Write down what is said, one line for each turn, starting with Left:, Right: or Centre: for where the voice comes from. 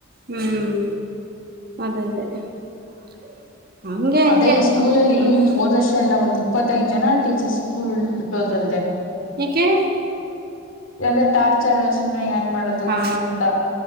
Right: ಹ್ಮ್, ಅದೇ, ಅದೇ. <inaudible> ಹಂಗೆ
Left: ಅದೇ, ಈ ಸ್ಕೂಲಲ್ಲಿ!
Right: ಹ್ಮ್
Left: ಹೋದ್ ವರ್ಷ ಎಲ್ಲ ಒಂದು ಇಪ್ಪತ್ತೈದು, ಜನ. <inaudible> ಟೀಚರ್ಸ್, ಸ್ಕೂಲ್, ಬಿಟ್ಟು, ಹೋದ್ರಂತೆೆ! <inaudible>
Right: ಯಾಕ್ಕೆ. <inaudible>
Left: ಯಾವ್ದೋ, ಟಾರ್ಚರ್ ಸುಮ್ಮ್ನೆ? ಏನ್ ಮಾಡೋದು
Right: ಹಾ
Left: ಅಂತ! <inaudible>